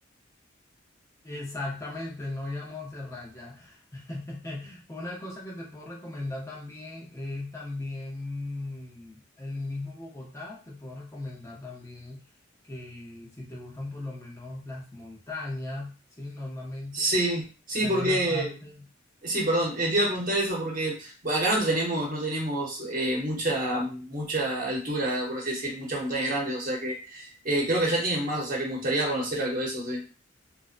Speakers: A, on the left (about 15°); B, on the right (about 45°).
A: Exactamente, no ir a Montserrat ya. <laughs> Una cosa que te puedo recomendar también es también mm, el mismo Bogotá, te puedo recomendar también que si te gustan por lo menos las montañas, ¿sí? Normalmente
B: Sí, sí,
A: hay
B: porque,
A: una parte,
B: sí, perdón, eh, te iba a preguntar eso porque bueno, acá no tenemos, no tenemos eh, mucha, mucha altura, por así decir, muchas montañas grandes, o sea que eh, creo que allá tienen más, o sea que me gustaría conocer algo de eso, sí.